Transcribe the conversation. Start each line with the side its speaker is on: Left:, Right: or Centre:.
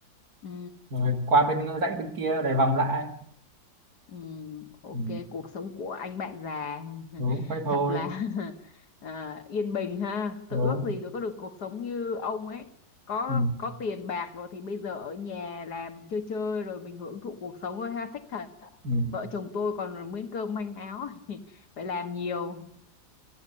Left: Ừ.
Right: rồi qua bên dãy bên kia lại vòng lại
Left: Ừm, ok,
Right: ừ.
Left: cuộc sống của anh bạn già
Right: đúng
Left: <laughs>
Right: vậy thôi
Left: thật là <laughs> à, yên bình ha.
Right: đúng
Left: Tôi ước gì được có được cuộc sống như ông ấy. Có
Right: ừ.
Left: có tiền bạc rồi thì bây giờ ở nhà làm chơi chơi rồi mình hưởng thụ cuộc sống thôi ha, thích thật.
Right: Ừ.
Left: Vợ chồng tôi còn miếng cơm manh áo <laughs> phải làm nhiều.